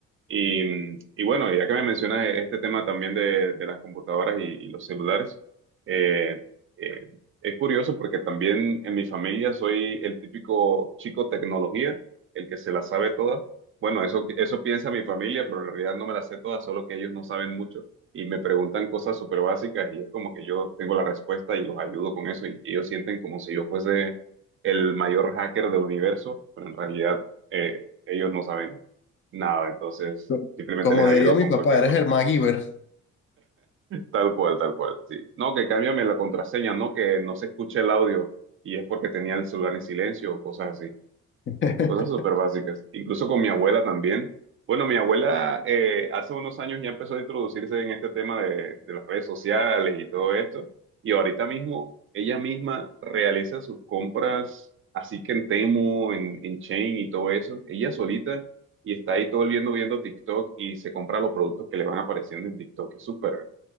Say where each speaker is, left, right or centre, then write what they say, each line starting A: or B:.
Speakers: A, on the right (about 45°); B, on the left (about 40°).
A: y, y bueno, ya que me mencionas este tema también de, de las computadoras y, y los celulares, eh, eh, es curioso porque también en mi familia soy el típico chico tecnología, el que se la sabe toda. Bueno, eso, eso piensa mi familia, pero en realidad no me la sé toda, solo que ellos no saben mucho y me preguntan cosas súper básicas y es como que yo tengo la respuesta y los ayudo con eso y ellos sienten como si yo fuese el mayor hacker del universo, pero en realidad eh, ellos no saben. Nada, entonces
B: Co-
A: simplemente
B: Como
A: les ayudo
B: diría mi
A: con
B: papá,
A: cualquier
B: eres
A: cosa.
B: el MacGyver.
A: Tal cual, tal cual, sí. No, que cámbiame la contraseña, no que no se escuche el audio y es porque tenía el celular en silencio o cosas así.
B: <laughs>
A: Cosas súper básicas. Incluso con mi abuela también. Bueno, mi abuela eh, hace unos años ya empezó a introducirse en este tema de, de las redes sociales y todo esto. Y ahorita mismo ella misma realiza sus compras, así que en Temu, en, en Chain y todo eso. Ella solita y está ahí todo el viendo, viendo TikTok y se compra los productos que le van apareciendo en TikTok. Es súper,